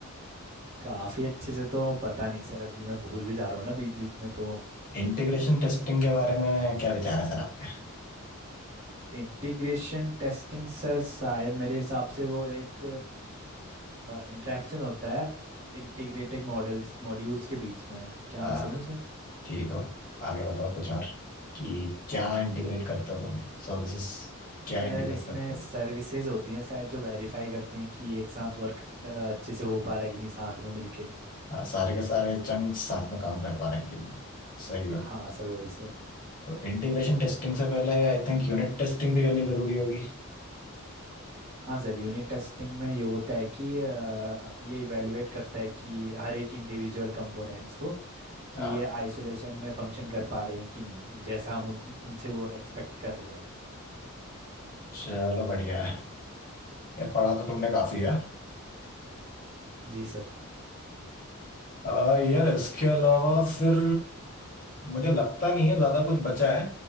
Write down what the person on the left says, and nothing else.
इंटीग्रेशन टेस्टिंग के बारे में क्या विचार है सर आपके
हाँ
ठीक हो आगे बताओ कुछ और कि क्या इंटीग्रेट करते हो तुम सर्विसेज क्या
इंटीग्रेट
करते हो
हाँ सारे के सारे चंक्स साथ में काम कर पाने के लिए सही हो
तो इंटीग्रेशन टेस्टिंग से पहले आई थिंक यूनिट टेस्टिंग भी करनी जरूरी होगी
हाँ
चलो बढ़िया है यार पढ़ा तो तुमने काफी है
आ, यार इसके अलावा फिर मुझे लगता नहीं है ज्यादा कुछ बचा है